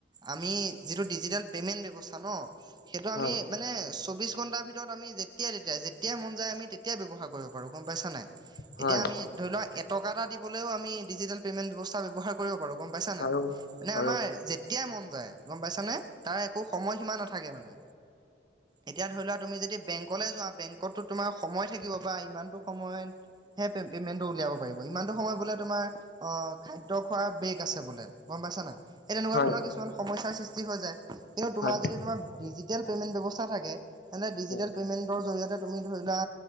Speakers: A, on the right; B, on the left.
A: আমি যিটো ডিজিটেল পেমেন্ট ব্যৱস্থা ন সেইটো
B: হয়
A: আমি মানে চৌবিশ ঘন্টাৰ ভিতৰত ভিতৰত আমি যেতিয়াই তেতিয়া যেতিয়াই মন যায় আমি তেতিয়াই ব্যৱহাৰ কৰিব পাৰো গম পাইছা নাই।
B: হয়
A: এতিয়া আমি ধৰি লওক এটকা এটা দিবও আমি ডিজিটেল পে'মেণ্ট ব্যৱস্থা ব্যৱহাৰ কৰিব পাৰোঁ। গ'ম পাইছা নে?
B: পাৰো
A: মানে
B: পাৰো
A: আমাৰ যেতিয়াই মন যায় গম পাইছানে? তাৰ একো সময় সীমা নাথাকে মানে, এতিয়া ধৰি লোৱা তুমি যদি বেংক বেংকলে যোৱা, বেংকতটো তোমাৰ সময় থাকিব বা ইমানটো সময়ত হে পে'মেণ্টটো উলিয়াব পাৰিব, ইমান টো সময় বোলে তোমাৰ অ খাদ্য খোৱাৰ বেগ আছে বোলে, গম পাইছা না এই তেনেকুৱা
B: হয়
A: ধৰণৰ কিছু ন সমস্যাৰ সৃষ্টি হৈ যায়, কিন্তু তোমাৰ
B: হয়
A: যদি ডজিটেল পেমেণ্ট বৱস্থা থাকে তেনে ডিজিটেল
B: হয়
A: টেল পেমেণ্টৰ জৰিয়তে তুমি ধৰিলোৱা